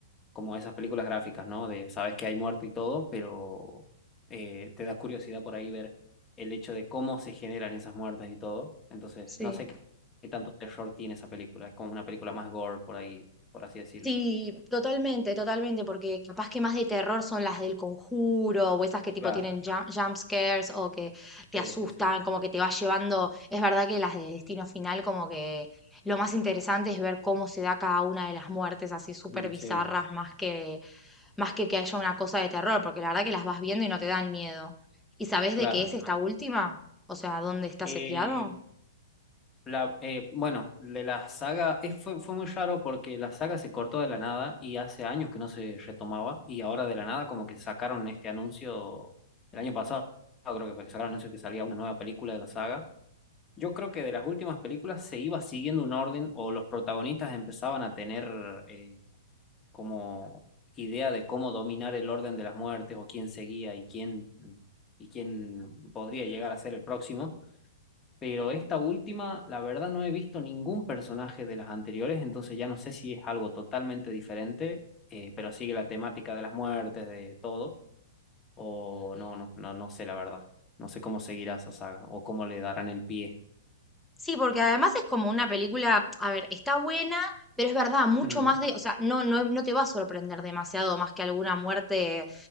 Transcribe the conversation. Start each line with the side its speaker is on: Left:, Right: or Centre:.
Left: como esas películas gráficas, ¿no? De sabes que hay muerte y todo, pero eh, te da curiosidad por ahí ver el hecho de cómo se generan esas muertes y todo. Entonces,
Centre: Sí.
Left: no sé qué, qué tanto terror tiene esa película. Es como una película más gore por ahí, por así decirlo.
Centre: Sí, totalmente, totalmente, porque capaz que más de terror son las del conjuro o esas que tipo
Left: Claro,
Centre: tienen jump, jump scares o que
Left: sí,
Centre: te asustan,
Left: sí, sí.
Centre: como que te vas llevando. Es verdad que las de Destino Final, como que lo más interesante es ver cómo se da cada una de las muertes así súper
Left: Mm,
Centre: bizarras,
Left: Sí,
Centre: más que más que que haya una cosa de terror, porque la verdad que las vas viendo y no te dan miedo. ¿Y sabes
Left: claro.
Centre: de qué es esta última? O sea, ¿dónde está
Left: Eh,
Centre: seteado?
Left: La, eh, bueno, de la saga, es- fue, fue muy raro porque la saga se cortó de la nada y hace años que no se retomaba y ahora de la nada como que sacaron este anuncio el año pasado, creo que fue que sacaron el anuncio que salía una nueva película de la saga. Yo creo que de las últimas películas se iba siguiendo un orden o los protagonistas empezaban a tener eh, como idea de cómo dominar el orden de las muertes o quién seguía y quién, y quién podría llegar a ser el próximo. Pero esta última, la verdad, no he visto ningún personaje de las anteriores, entonces ya no sé si es algo totalmente diferente, eh, pero sigue la temática de las muertes, de todo, o no, no, no, no sé la verdad. No sé cómo seguirá esa saga o cómo le darán el pie.
Centre: Sí, porque además es como una película, a ver, está buena, pero es verdad, mucho
Left: Ujú.
Centre: más de, o sea, no, no, no te va a sorprender demasiado más que alguna muerte